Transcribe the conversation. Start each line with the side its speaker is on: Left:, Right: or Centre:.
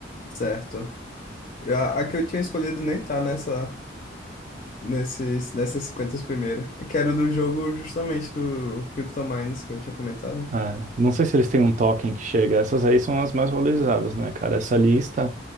Left: Certo. Eu- A, a que eu tinha escolhido nem tá nessa, nesses, nessas 50 primeiras. Que era do jogo justamente do CryptoMines que eu tinha comentado.
Right: É, não sei se eles têm um token que chega. Essas aí são as mais valorizadas, né, cara? Essa lista,